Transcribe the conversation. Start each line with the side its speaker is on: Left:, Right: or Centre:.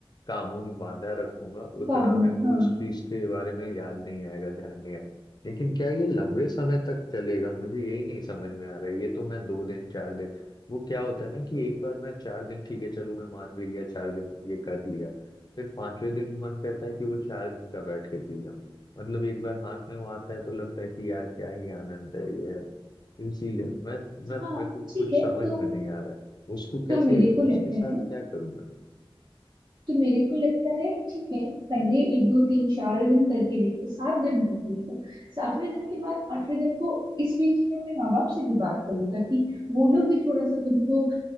Left: कामों में बांधा रखूंगा उतना
Right: काबू
Left: मेरे
Right: में
Left: को
Right: हाँ
Left: उस चीज के बारे में याद नहीं आएगा ध्यान नहीं आएगा लेकिन क्या ये लंबे समय तक चलेगा मुझे यही नहीं समझ में आ रहा है ये तो मैं दो दिन चार दिन वो क्या होता है ना कि एक बार मैं चार दिन ठीक है चलो मैं मान भी लिया चार दिन ये कर लिया फिर पांचवें दिन मन करता है कि वो चार दिन का बैठ के पी जाऊं मतलब एक बार हाथ में वो आता है तो लगता है कि यार क्या ही आनंद है ये इसीलिए मैं मैं
Right: हाँ
Left: मेरे को कुछ
Right: ठीक है
Left: समझ
Right: तो
Left: में नहीं आ रहा है उसको कैसे
Right: तो मेरे को लगता
Left: उसके साथ
Right: है
Left: क्या करूं मैं
Right: तो मेरे को लगता है ठीक है पहले एक दो तीन चार दिन करके देखो सात दिन करके देखो सातवें दिन के बाद आठवें दिन को इस बीच में अपने माँ बाप से भी बात कर लो ताकि वो लोग भी थोड़ा सा तुमको अ,